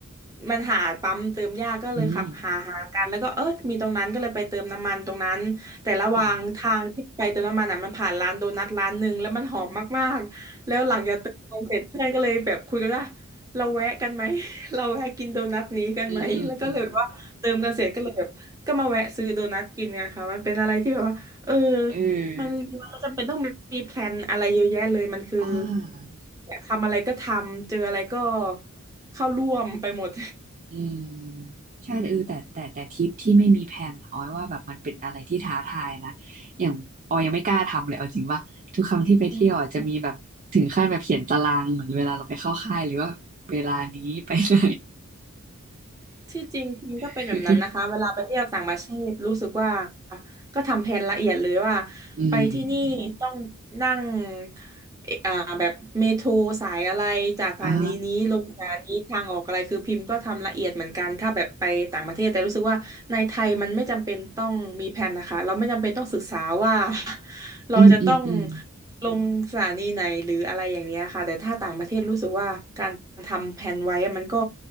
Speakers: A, on the right; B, on the right.
A: มันหาปั๊มเติมยากก็เลยขับหาหากันแล้วก็เออมีตรงนั้นก็เลยไปเติมน้ำมันตรงนั้นแต่ระหว่างทางที่ไปเติมน้ำมันอ่ะมันผ่านร้านโดนัทร้านหนึ่งแล้วมันหอมมากๆแล้วหลังจากเติมน้ำมันเสร็จเพื่อนก็เลยแบบคุยกันว่า
B: อืมค่ะ
A: เราแวะกันไหม <laughs> เราแวะกินโดนัทนี้กันไหมแล้วก็เลยแบบว่าเติมกันเสร็จก็เลยแบบ
B: <laughs> อืมอืมอืม
A: ก็มาแวะซื้อโดนัทกินไงคะมันเป็นอะไรที่แบบว่าเออ
B: เออ
A: มันมันมจำเป็นต้องมีแพลนอะไรเยอะแยะเลยมันคือ
B: อ่า
A: อยากทำอะไรก็ทำเจออะไรก็เข้าร่วมไปหมด
B: อืมใช่เออแต่แต่แต่ทริปที่ไม่มีแผนออยว่าแบบมันเป็นอะไรที่ท้าทายนะอย่างออยยังไม่กล้าทำเลยเอาจริงว่าทุกครั้งที่ไปเที่ยวอ่ะจะมีแบบถึงขั้นแบบเขียนตารางเหมือนเวลาเราไปเข้าค่ายหรือว่าเวลานี้ไปไหน
A: อืมที่จริงทีมก็เป็นแบบนั้นนะคะเวลาไปเที่ยวต่างประเทศรู้สึกว่า
B: <laughs>
A: ก็ทำแผนละเอียดเลยว่า
B: อืม
A: ไปที่นี่ต้องนั่ง เอ่ออ่าแบบเมโทรสายอะไรจากสถานีนี้ลงสถานีทางออกอะไรคือพิมพ์ก็ทำละเอียดเหมือนกันถ้าแบบไปต่างประเทศแต่รู้สึกว่าในไทยมันไม่จำเป็นต้องมีแผนนะคะเราไม่จำเป็นต้องศึกษาว่า
B: อ่า
A: <laughs> เราจะต้อง
B: อืมอืมอืม
A: ลงสถานีไหนหรืออะไรอย่างเนี้ยค่ะแต่ถ้าต่างประเทศรู้สึกว่าการทำแผนไว้มันก็